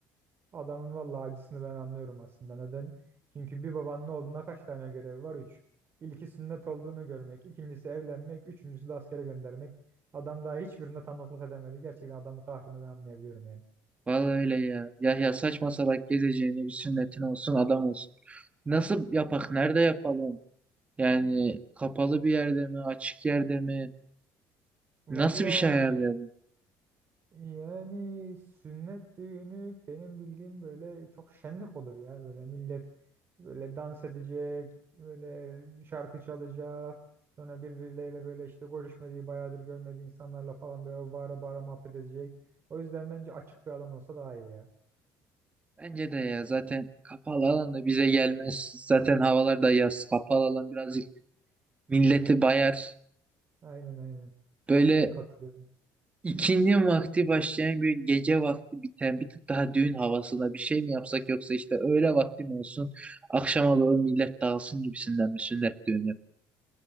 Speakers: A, on the right (about 35°); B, on the right (about 20°).
A: adamın valla acısını ben anlıyorum aslında. Neden? Çünkü bir babanın oğluna kaç tane görevi var? Üç. İlki sünnet olduğunu görmek, ikincisi evlenmek, üçüncüsü de askere göndermek. Adam daha hiçbirine tanıklık edemedi. Gerçekten adamın kahrını ben anlayabiliyorum yani.
B: Vallahi öyle ya. Yahya saçma salak gezeceğini bir sünnetin olsun adam olsun. Nasıl yapak? Nerede yapalım? Yani kapalı bir yerde mi? Açık yerde mi?
A: Valla
B: Nasıl bir şey ayarlayalım?
A: yani sünnet düğünü benim bildiğim böyle çok şenlik olur ya. Böyle millet böyle dans edecek, böyle şarkı çalacak. Sonra birbirleriyle böyle işte görüşmediği, bayağıdır görmediği insanlarla falan böyle bağıra bağıra muhabbet edecek. O yüzden bence açık bir alan olsa daha iyi ya.
B: Bence de ya zaten kapalı alan da bize gelmez. Zaten havalar da yaz. Kapalı alan birazcık milleti bayar.
A: Aynen aynen.
B: Böyle
A: Katılıyorum.
B: ikindi vakti başlayan bir gece vakti biten bir tık daha düğün havasında bir şey mi yapsak yoksa işte öğle vakti mi olsun? Akşama doğru millet dağılsın gibisinden bir sünnet düğünü.